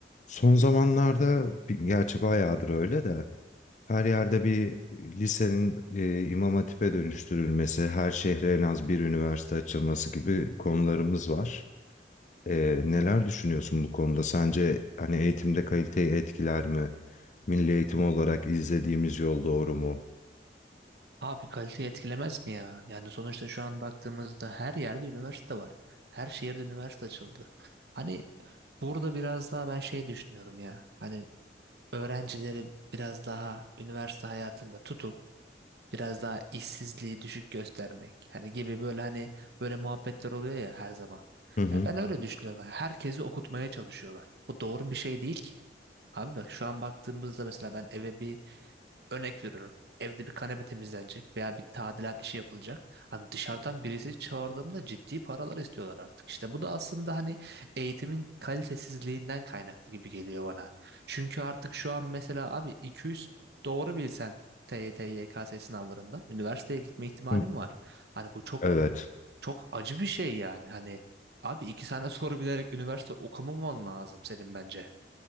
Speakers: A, on the left; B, on the right.
A: Son zamanlarda bir- gerçi bayağıdır öyle de her yerde bir lisenin e, İmam Hatip'e dönüştürülmesi, her şehre en az bir üniversite açılması gibi konularımız var. E, neler düşünüyorsun bu konuda? Sence hani eğitimde kaliteyi etkiler mi? Milli eğitim olarak izlediğimiz yol doğru mu?
B: Abi kaliteyi etkilemez mi ya? Yani sonuçta şu an baktığımızda her yerde üniversite var. Her şehirde üniversite açıldı. Hani burada biraz daha ben şey düşünüyorum ya. Hani öğrencileri biraz daha üniversite hayatında tutup biraz daha işsizliği düşük göstermek. Hani gibi böyle hani böyle muhabbetler oluyor ya her zaman.
A: Hı hı.
B: Ya ben öyle düşünüyorum. Yani Herkesi okutmaya çalışıyorlar. Bu doğru bir şey değil ki. Abi bak şu an baktığımızda mesela ben eve bir Örnek veriyorum. Evde bir kanepe temizlenecek veya bir tadilat işi yapılacak. Hani dışarıdan birisi çağırdığımda ciddi paralar istiyorlar artık. İşte bu da aslında hani eğitimin kalitesizliğinden kaynaklı gibi geliyor bana. Çünkü artık şu an mesela abi 200 doğru bilsen TYT, YKS sınavlarından üniversiteye gitme ihtimalim
A: Hı.
B: var. Hani bu çok
A: Evet,
B: çok acı bir şey yani. Hani abi iki tane <laughs> soru bilerek üniversite okumaman lazım senin bence.